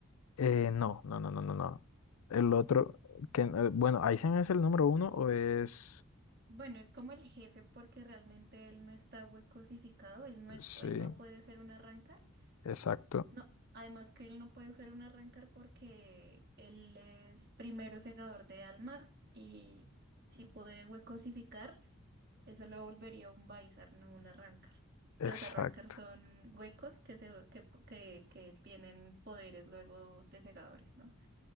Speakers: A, on the left; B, on the right.
A: Eh, no, no, no, no, no, no. El otro, que, eh, bueno, ¿Aizen es el número uno o es,
B: Bueno, es como el jefe porque realmente él no está huecosificado. Él no es,
A: sí.
B: él no puede ser un arrancar.
A: Exacto.
B: No, además que él no puede ser un arrancar porque él es primero segador de almas y si puede huecosificar. Eso lo volvería un Bizarre, no un Arrancar.
A: Exacto.
B: Los Arrancar son huecos que, se, que, que, que tienen poderes luego de segadores, ¿no?